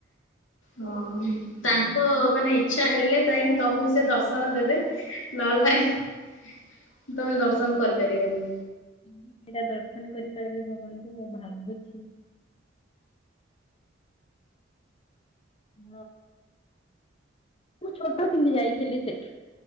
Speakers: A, on the left; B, on the left.
A: ହଁ ତାଙ୍କ ମାନେ ଇଚ୍ଛା ହେଲେ ଯାଇଙ୍କି ତମକୁ ସେ ଦର୍ଶନ ଦେବେ। ନହେଲେ ନାହିଁ ତମେ ଦର୍ଶନ କରିପାରିବନି।
B: ବିରିଡ଼ି ସେଇଟା ଦର୍ଶନ କରିପାରିବି ଭଗବାନଙ୍କୁ ମୁଁ ଭାବୁଛି। <unintelligible> ମୁଁ ଛୋଟ ଥିଲି ଯାଇଥିଲି ସେଠ